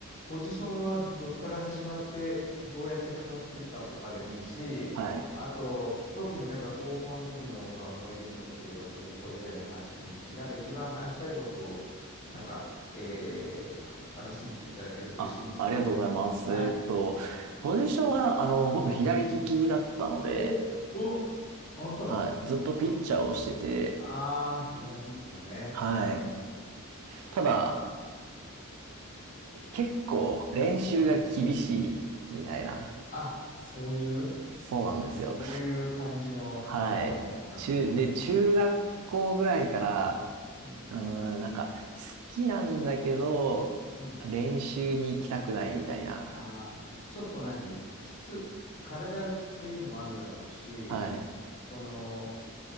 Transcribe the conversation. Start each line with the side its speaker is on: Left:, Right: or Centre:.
Left: ポジションはどっから始まって、どうやって変わってったとかでもいいし、
Right: はい。
Left: あと、特に例えば高校の時の方が思い出に残ってれば、高校時代の話でもいいし、なんか一番話したいことを、なんか、えー話してみていただけると嬉しいんですけど、
Right: あ、ありがとうございます。
Left: はい。
Right: えーっと、ポジションは、あの、僕左利きだったので、
Left: お、お、あんた。
Right: はい。ずっとピッチャーをしてて、
Left: うん。ああ、左ピッチャーね。
Right: はい。
Left: うん。う
Right: ただ、結構練習が厳しいみたいな。
Left: ん。あ、そういう。
Right: そうなんですよ。
Left: こういう感じのところね。
Right: はい。
Left: なるほど。
Right: 中、で、中学校ぐらいから、
Left: うん。
Right: うーん、なんか、好きなんだけど、
Left: うん。
Right: 練習に行きたくないみたいな。
Left: ああ、ちょっと何きつ、体がきついのもあるだろうし、
Right: はい。
Left: その、